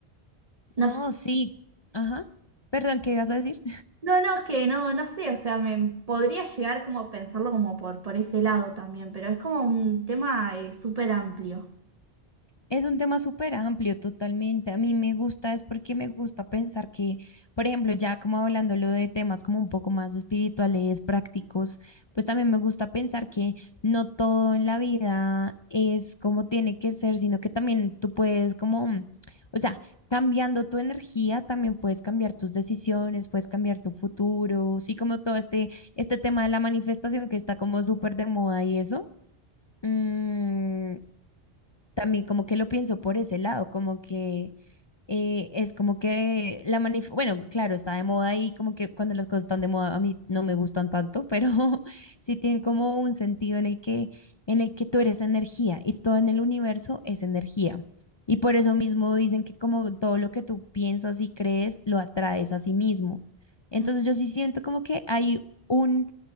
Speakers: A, on the left; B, on the right.
A: No,
B: No sé.
A: sí. Ajá. Perdón, ¿qué ibas a decir?
B: No, no, es que no, no sé, o sea, me podría llegar como a pensarlo como por, por ese lado también, pero es como un tema eh, súper amplio.
A: Es un tema súper amplio, totalmente. A mí me gusta, es porque me gusta pensar que, por ejemplo, ya como hablándolo de temas como un poco más espirituales, prácticos, pues también me gusta pensar que no todo en la vida es como tiene que ser, sino que también tú puedes como, mm, o sea, cambiando tu energía, también puedes cambiar tus decisiones, puedes cambiar tu futuro, sí, como todo este, este tema de la manifestación que está como súper de moda y eso. Mm, también como que lo pienso por ese lado, como que eh, es como que la manif bueno, claro, está de moda y como que cuando las cosas están de moda a mí no me gustan tanto, pero <laughs> sí tienen como un sentido en el que en el que tú eres energía y todo en el universo es energía. Y por eso mismo dicen que como todo lo que tú piensas y crees lo atraes a sí mismo. Entonces
B: Mm.
A: yo sí siento como que hay un